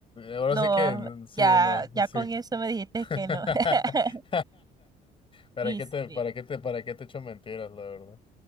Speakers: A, on the left; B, on the right.
A: ahora
B: No,
A: sí que n- sí,
B: ya,
A: no,
B: ya
A: sí.
B: con eso me dijiste
A: <laughs>
B: que no. <laughs>
A: ¿Para
B: ¿Viste?
A: qué te, para qué te, para qué te echo mentiras, la verdad?